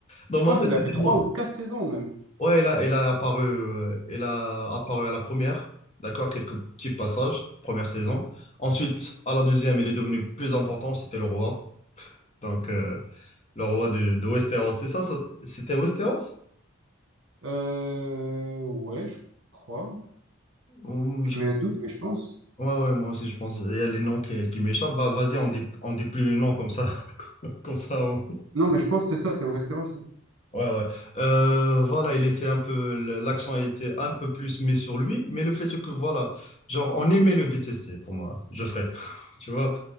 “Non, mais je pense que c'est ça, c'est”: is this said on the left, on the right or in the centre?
Right